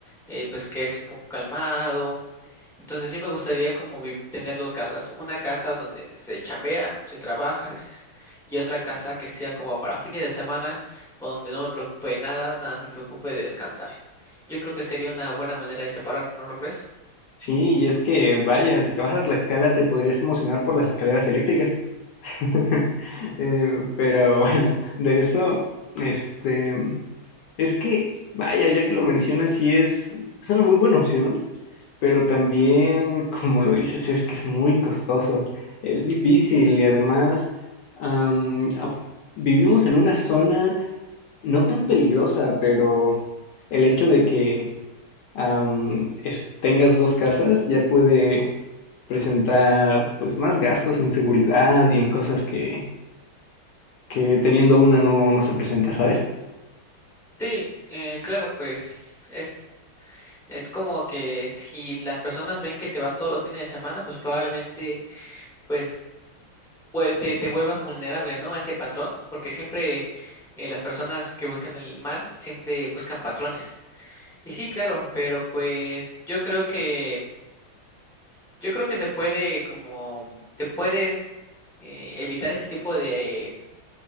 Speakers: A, in the centre; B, on the left.
A: eh, pues que es un poco calmado. Entonces sí me gustaría como vi- tener dos casas, una casa donde se chambea, se trabaja s- y otra casa que sea como para fines de semana, donde no me preocupe de nada, nada más me preocupe de descansar. Yo creo que sería una buena manera de separar, ¿no lo crees?
B: sí, y es que vaya, si te vas a Tlaxcala te podrías emocionar por las escaleras eléctricas. <laughs> Eh, pero bueno, de eso, este, es que, vaya, ya que lo mencionas, sí es, es una muy buena opción, pero también, como lo dices, es que es muy costoso, es difícil y además am, af- vivimos en una zona no tan peligrosa, pero el hecho de que am, es- tengas dos casas ya puede presentar pues más gastos en seguridad y en cosas que que teniendo una no, no se presenta, ¿sabes?
A: Sí, eh, claro, pues es, es como que si las personas ven que te vas todos los fines de semana, pues probablemente pues vuel- te, te vuelvas vulnerable, ¿no? A ese patrón, porque siempre eh, las personas que buscan el mal siempre buscan patrones. Y sí, claro, pero pues yo creo que yo creo que se puede como te puedes eh, evitar ese tipo de,